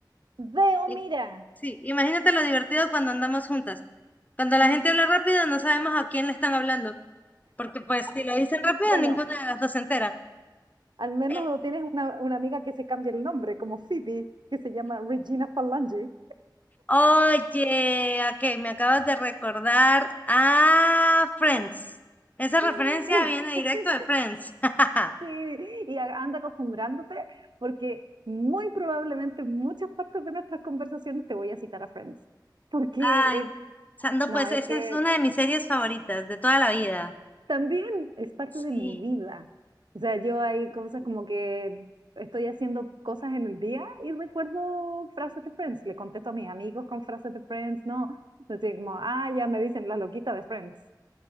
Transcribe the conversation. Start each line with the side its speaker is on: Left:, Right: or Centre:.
Right: Deomira.
Left: Y- Sí, imagínate lo divertido cuando andamos juntas. Cuando la
Right: Mm,
Left: gente habla rápido, no sabemos a quién le están hablando, porque pues si lo dicen rápido,
Right: Bueno,
Left: ninguna de las dos se entera.
Right: al menos
Left: Eh,
Right: no tienes una, una amiga que se cambie el nombre, como Phoebe, que se llama Regina Falange.
Left: Oye, ah, ok, me acabas de recordar a Friends. Esa
Right: Sí.
Left: referencia viene directo
Right: <laughs>
Left: de Friends. <laughs>
Right: Sí, y a- anda acostumbrándote porque muy probablemente en muchas partes de nuestras conversaciones te voy a citar a Friends. Porque
Left: Ay,
Right: es,
Left: o sea, no,
Right: no,
Left: pues
Right: es
Left: esa
Right: que
Left: es una de mis series favoritas de toda la vida.
Right: también es parte
Left: Sí,
Right: de mi vida. O sea, yo hay cosas como que estoy haciendo cosas en el día y recuerdo frases de Friends. Le contesto a mis amigos con frases de Friends, ¿no? Entonces, como, ah, ya me dicen la loquita de Friends.